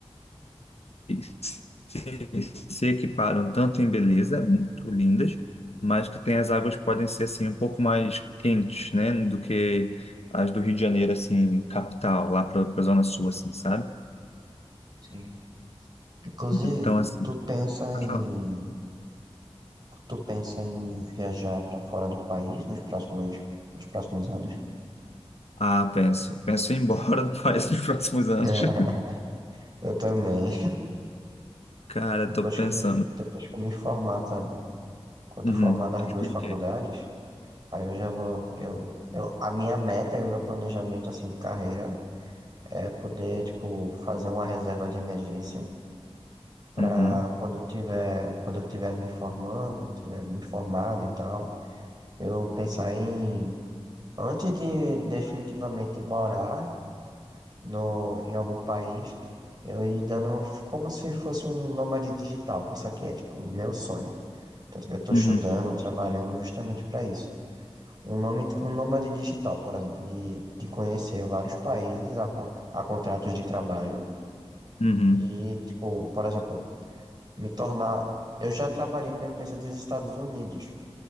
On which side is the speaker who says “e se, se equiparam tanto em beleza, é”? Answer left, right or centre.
Left